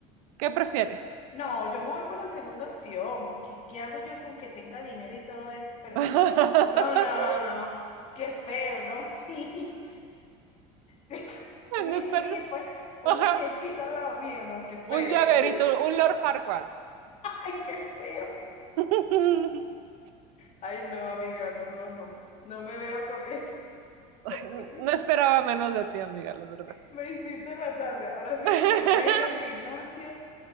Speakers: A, on the right; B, on the left.
A: ¿Qué prefieres?
B: No, yo me voy por la segunda opción, porque ¿qué hago yo con que tenga dinero y todo eso? Pero
A: <laughs>
B: que... No, no, no. Qué feo, ¿no? <laughs> Sí. Sí, <laughs> un
A: No
B: mini
A: espero-
B: mí pues, un
A: Ajá,
B: muñequito al lado mío, no, qué feo.
A: un llaverito, un Lord Farquaad.
B: <laughs> Ay, qué feo.
A: <laughs>
B: Ay, no, amiga, no, no, no. No me veo con eso.
A: Ay,
B: <laughs>
A: No esperaba menos de ti, amiga, la verdad.
B: Me hiciste en la tarde. Ahora sí
A: <laughs>
B: que me voy a ir al gimnasio